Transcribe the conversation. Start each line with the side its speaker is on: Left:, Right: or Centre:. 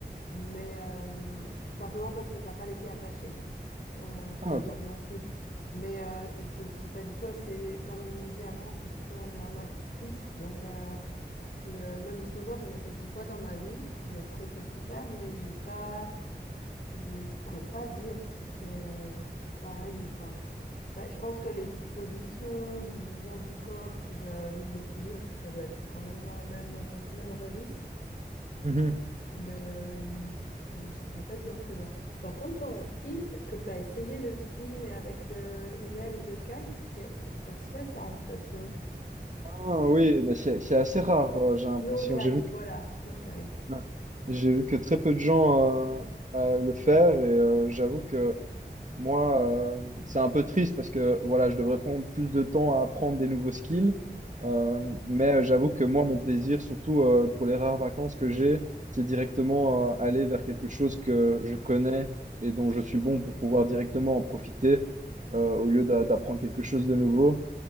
Left: Mais euh, simplement parce que t'as pas les pieds attachés. en skateboard
Right: Ah, ok.
Left: non plus. Mais euh, je suis pas du tout assez, comme dit avant, je suis plutôt en amatrice. Donc, euh, le, même le snowboard, j'en ai fait dix fois dans ma vie. J'ai trouvé ça super, mais j'ai pas, je, je pourrais pas dire si c'est euh, pareil ou pas. Bah, je pense que les positions, des mouvements du corps pour euh, l'équilibre, ça doit être quand même dans la même, euh, le même registre.
Right: Mhm.
Left: Mais, euh, mais je ne saurais pas dire plus loin. Par contre, toi, en ski, est-ce que tu as essayé le ski, mais avec le, une aile de kite? Parce que ça se fait, ça, en station.
Right: Ah, oui, mais c'est c'est assez rare, euh, j'ai
Left: Snow
Right: l'impression.
Left: kite,
Right: J'ai vu que,
Left: voilà, snow kite.
Right: ouais. J'ai vu que très peu de gens euh, euh, le faire et euh, j'avoue que moi, euh, c'est un peu triste parce que voilà, je devrais prendre plus de temps à apprendre des nouveaux skills. Euh, mais j'avoue que moi, mon plaisir, surtout euh, pour les rares vacances que j'ai, c'est directement euh, aller vers quelque chose que je connais et dont je suis bon pour pouvoir directement en profiter euh, au lieu d'a- d'apprendre quelque chose de nouveau.